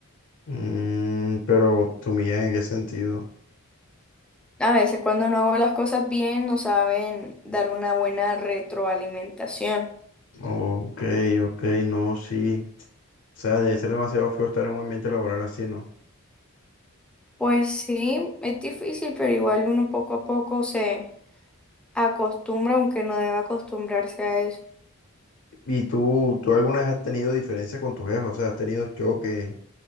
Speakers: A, on the left; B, in the centre.
A: mm, pero tu humillan en qué sentido.
B: A veces cuando no hago las cosas bien no saben dar una buena retroalimentación.
A: Ok, ok, no, sí. O sea, debe ser demasiado feo estar en un ambiente laboral así, ¿no?
B: Pues sí, es difícil, pero igual uno poco a poco se acostumbra, aunque no deba acostumbrarse a eso.
A: ¿Y tú, tú alguna vez has tenido diferencias con tu jefe? O sea, ¿has tenido choques